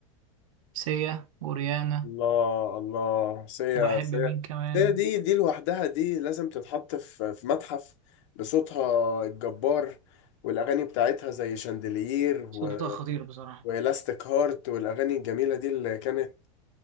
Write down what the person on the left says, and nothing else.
الله الله سيا
سيا
سيا دي دي لوحدها دي لازم تتحط في في متحف بصوتها الجبار والأغاني بتاعتها زي شاندلير
و...
وإلاستيك هارت والأغاني الجميلة دي اللي كانت